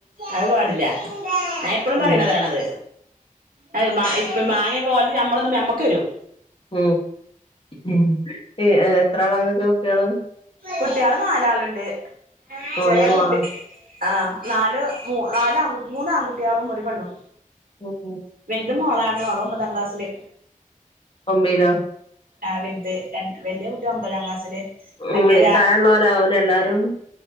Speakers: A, on the right (about 80°); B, on the left (about 40°).
A: അത് പാടില്ല ഞൻ എപ്പഴും പറയണതാണത്
B: ഉം
A: അത <unintelligible> മാങ്ങൊക്കെ തിന്നുമ്പോൾ നമ്മക്ക് ഏരിയും
B: ഉ ഉം എ എത്ര ആളാ ഇങ്ങക്ക് കുട്ട്യാള്
A: കുട്ടികള് നാലാളുണ്ട്
B: മോനോ
A: ചെറിയ
B: മോളോ
A: കുട്ടി ആ് നാല് നാലല് ആകു മൂന്ന് ആൺകുട്ടികളും ഒരു പെണ്ണും.
B: ഉ ഉ
A: <unintelligible> മളാണ് ഒമ്പതാം ക്ലാസ്സില്
B: ഒബിലോ
A: ആഹ വലുത് ര വലിയ കുട്ടി ഒമ്പതാം ക്ലാസ്സില്
B: ഉ
A: മറ്റേ
B: താഴുള്ള ഉള്ളോരാവും എല്ലാരും